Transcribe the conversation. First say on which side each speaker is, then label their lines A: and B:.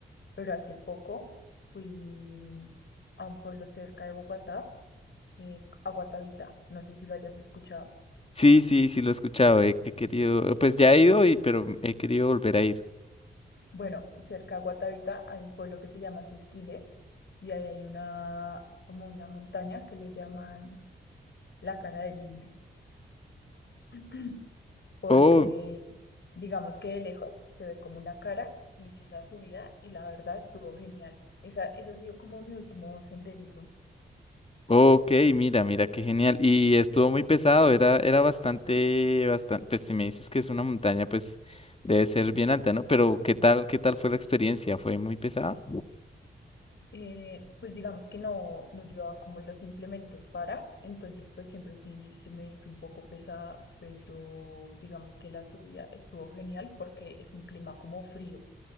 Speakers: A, on the left; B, on the left.
A: Pero hace poco fui a un pueblo cerca de Bogotá eh, a Guatavita. No sé si lo hayas escuchado.
B: Sí, sí, sí, lo he escuchado. He, he querido, pues ya he ido, y, pero he querido volver a ir.
A: Bueno, cerca de Guatavita hay un pueblo que se llama Sesquile y ahí hay una, como una montaña que le llaman la cara del indio, <clears throat> porque
B: Oh,
A: digamos que de lejos se ve como una cara y hice esa subida y la verdad estuvo genial. Esa, ese ha sido como mi último senderismo.
B: Ok, mira, mira, qué genial. Y estuvo muy pesado, era, era bastante, bastante, pues si me dices que es una montaña, pues debe ser bien alta, ¿no? Pero ¿qué tal, qué tal fue la experiencia? ¿Fue muy pesada?
A: eh, pues digamos que no, no llevaba como los implementos para, entonces pues siempre sí se me hizo un poco pesada, pero digamos que la subida estuvo genial porque es un clima como frío,